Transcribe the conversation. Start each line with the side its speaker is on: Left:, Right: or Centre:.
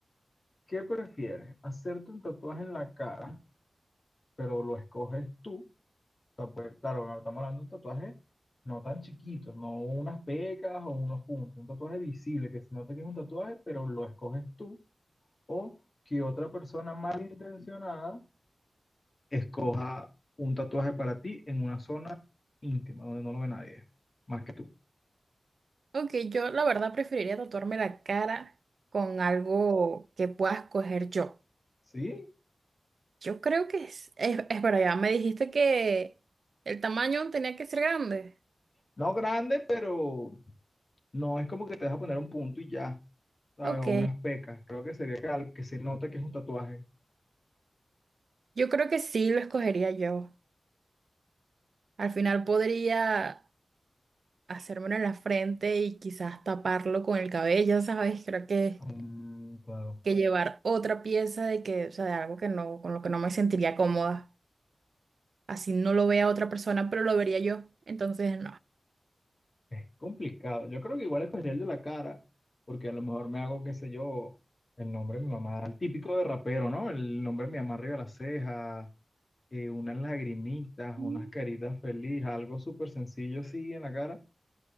Left: ¿Qué prefieres? ¿Hacerte un tatuaje en la cara, pero lo escoges tú? O sea, pues, claro, no estamos hablando de un tatuaje no tan chiquito, no unas pecas o unos puntos, un tatuaje visible que se nota que es un tatuaje, pero lo escoges tú o que otra persona malintencionada escoja un tatuaje para ti en una zona íntima donde no lo ve nadie, más que tú.
Right: Ok, yo la verdad preferiría tatuarme la cara con algo que pueda escoger yo.
Left: Sí,
Right: Yo creo que es, es, es verdad, ya me dijiste que el tamaño tenía que ser grande.
Left: no grande, pero no es como que te vas a poner un punto y ya, ¿sabes?
Right: Ok,
Left: O unas pecas. Creo que sería que, al- que se nota que es un tatuaje.
Right: yo creo que sí lo escogería yo. Al final podría hacérmelo en la frente y quizás taparlo con el cabello, ¿sabes? Creo que,
Left: Mm, claro.
Right: que llevar otra pieza de que, o sea, de algo que no, con lo que no me sentiría cómoda. Así no lo vea otra persona, pero lo vería yo. Entonces,
Left: Es complicado. Yo creo que igual escogería el de la cara, porque a lo mejor me hago, qué sé yo, el nombre de mi mamá, el típico de rapero, ¿no? El nombre de mi mamá arriba de la ceja, eh, unas lagrimitas,
Right: no.
Left: unas caritas felices, algo súper sencillo así en la cara,